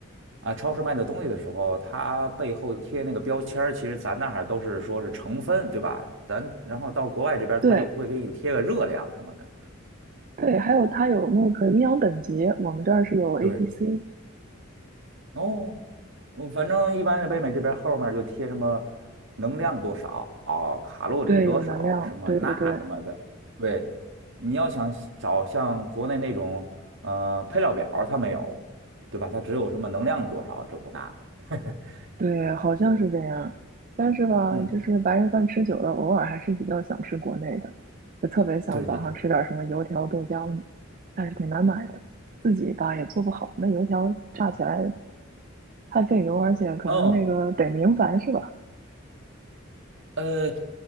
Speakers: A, on the right; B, on the right.
A: 啊，超市卖的东西的时候，它背后贴那个标签儿其实咱那儿都是说是成分，对吧？咱然后到国外这边儿，它就会给你贴个热量什么的。
B: 对对，还有它有那个营养等级，我们这儿是有
A: 对，
B: A、B、C，
A: 哦，我反正一般是北美这边后面就贴什么能量多少、卡路里多少、
B: 对，有能量，
A: 什么钠什么的。
B: 对对对，
A: 对，你要想找像国内那种呃配料表儿它没有，对吧？它只有什么能量多少这个那个。
B: 对，好像是这样。
A: <laughs> 对，
B: 但是吧，
A: 嗯，
B: 就是白人饭吃久了，偶尔还是比较想吃国内的，就特别想早上吃点什么油条、
A: 对，那肯，
B: 豆浆，但是挺难买的，自己吧也做不好。那油条炸起来太费油，而且可能那个得明矾是吧？
A: 嗯，呃，